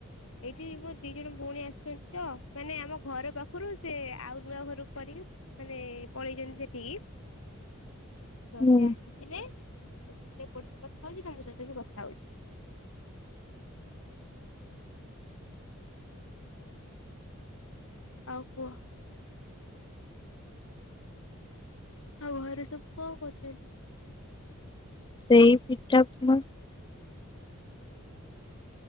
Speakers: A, on the left; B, on the left.
A: ଏଇଠି ମୋର ଦି ଜଣ ଭଉଣୀ ଆସିଛନ୍ତି ତ ମାନେ ଆମ ଘର ପାଖୁରୁ ସେ ଆଉ ନୂଆ ଘରୁକୁ କରିକି ମାନେ ପଳେଇଚନ୍ତି ସେଠିକି ତ
B: ହୁଁ
A: ସେ ଆସି ଥିଲେ ତାଙ୍କ ସାଙ୍ଗରେ ଏପଟେ ବି କଥା ହଉଚି ତମ ସହିତ ବି କଥା ହଉଚି। ଆଉ ପୁଅ ଆଉ ଘରେ ସବୁ କଣ କରୁଚନ୍ତି?
B: ସେଇ ପିଠା ପଣା